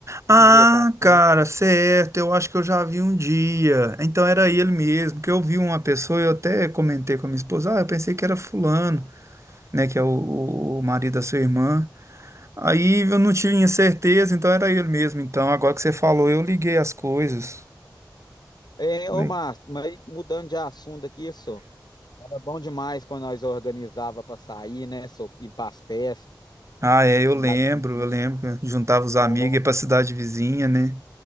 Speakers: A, on the left; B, on the right.
A: não
B: Ah,
A: vê passando.
B: cara, certo. Eu acho que eu já vi um dia. Então era ele mesmo, que eu vi uma pessoa e eu até comentei com a minha esposa, ah, eu pensei que era fulano. né, que é o, o- marido da sua irmã. Aí eu não tinha certeza, então era ele mesmo. Então, agora que você falou, eu liguei as coisas.
A: É,
B: né?
A: ô Márcio, mas mudando de assunto aqui, só. Era bom demais quando nós organizava para sair, né? Só, ir para as festas,
B: Ah, é,
A: a cidade
B: eu lembro,
A: vizinha.
B: eu lembro. que Juntava os amigos,
A: Ó,
B: ia pra cidade vizinha, né?